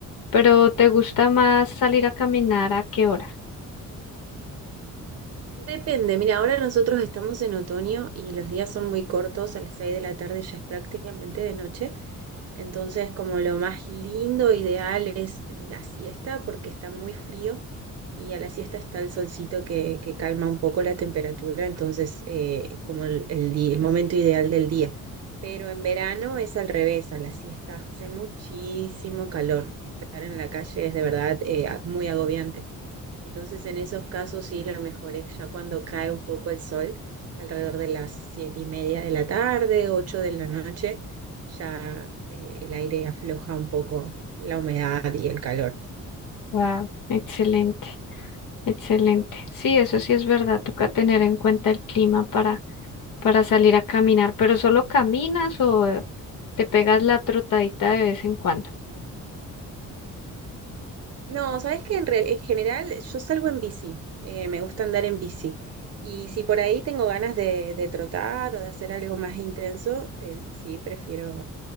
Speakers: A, on the left; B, on the right.
A: Pero ¿te gusta más salir a caminar a qué hora?
B: Depende, mira, ahora nosotros estamos en otoño y los días son muy cortos, a las 6 de la tarde ya es prácticamente de noche. Entonces, como lo más lindo, ideal es la siesta porque está muy frío y a la siesta está el solcito que, que calma un poco la temperatura, entonces eh, como el, el di- el momento ideal del día. Pero en verano es al revés, a la siesta hace muchísimo calor. Estar en la calle es de verdad eh, a- muy agobiante. Entonces, en esos casos sí, lo mejor es ya cuando cae un poco el sol, alrededor de las siete y media de la tarde, ocho de la noche, ya eh, el aire afloja un poco la humedad y el calor.
A: Wow, excelente, excelente. Sí, eso sí es verdad, toca tener en cuenta el clima para para salir a caminar, pero solo caminas o eh, te pegas la trotadita de vez en cuando.
B: No, sabes que en, real- en general yo salgo en bici, eh, me gusta andar en bici. Y si por ahí tengo ganas de, de trotar o de hacer algo más intenso, eh, sí, prefiero,